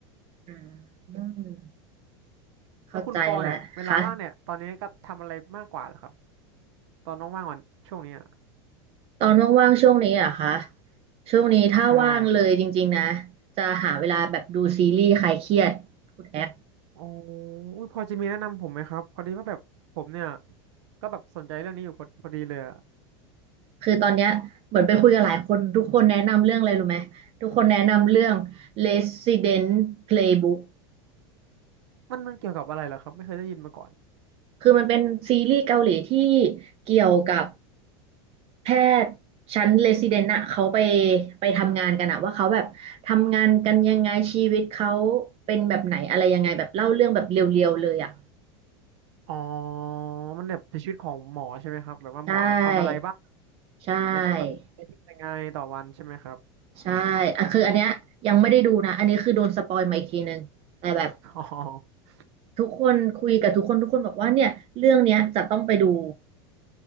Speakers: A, on the right (about 40°); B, on the right (about 75°).
A: อืมอืมเข้าใจแล้วค่ะ
B: แล้วคุณปอเนี่ยเวลาว่างเนี่ยตอนนี้ก็ทำอะไรมากกว่าเหรอครับตอนน้องว่างวันช่วงนี้อะ
A: ตอนว่างๆช่วงนี้เหรอะคะช่วงนี้ถ้าว่างเลยจริงๆนะ
B: ใช่ครับ
A: จะหาเวลาแบบดูซีรีส์คลายเครียดคุณแอค
B: โอ้อุ๊ยพอจะมีแนะนำผมไหมครับพอดีว่าแบบผมเนี่ยก็แบบสนใจเรื่องนี้อยู่พอพอดีเลยอะ
A: คือตอนเนี้ยเหมือนไปคุยกับหลายคนทุกคนแนะนำเรื่องอะไรรู้ไหมทุกคนแนะนำเรื่อง Resident Playbook
B: มันมันเกี่ยวกับอะไรเหรอครับไม่เคยได้ยินมาก่อน
A: คือมันเป็นซีรีส์เกาหลีที่เกี่ยวกับแพทย์ชั้น Resident อะเขาไปไปทำงานกันอะว่าเขาแบบทำงานกันยังไงชีวิตเขาเป็นแบบไหนอะไรยังไงแบบเล่าเรื่องแบบเรียวๆเลยอะ
B: อ๋อมันแบบเป็นชีวิตของหมอใช่ไหมครับแบบว่าหมอเนี่ยทำอะไรบ้าง
A: ใช่ใช่
B: แล้วก็แบบใช้ชีวิตยังไงต่อวันใช่ไหมครับ
A: ใช่อ่ะคืออันเนี้ยยังไม่ได้ดูนะอันนี้คือโดนสปอยมาอีกทีนึงแต่แบบ
B: อ๋อ
A: ทุกคนคุยกับทุกคนทุกคนบอกว่าเนี่ยเรื่องเนี้ยจะต้องไปดู